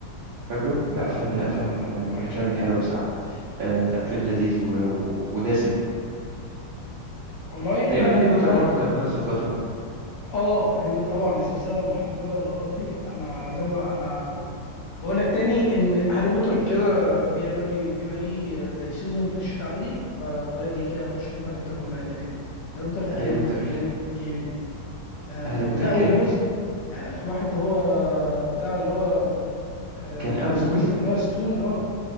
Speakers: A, on the right; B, on the left.
A: فاكره؟ لا
B: آه
A: فيلم من الأفلام
B: ما ما
A: ال-
B: اتفرجتش
A: من الأفلام
B: عليه
A: الحلوة بصراحة آه لا فيلم لذيذ و... و... ودسم
B: والله
A: تقريبا هاري بوتر
B: انا
A: برضو كان في نفس الفترة
B: اه هاري بوتر طبعا السلسله المحببه الى قلبي انا زي ما انا بقول لك تاني ان هاري بوتر كده بيبقى لي بيبقى ليه زي سيزون في الشتاء عندي ب- باجي كده اخش اجيب هاري بوتر كله عادي تاني هاري بوتر جامد
A: هاري بوتر
B: جامد جامد آه
A: هاري بوتر
B: وده
A: جامد
B: اول جزء يعني 2001 ده هو بتاع اللي هو آه
A: كان
B: كان
A: أول
B: اسمه
A: جزء
B: ايه اللي هو ستون اه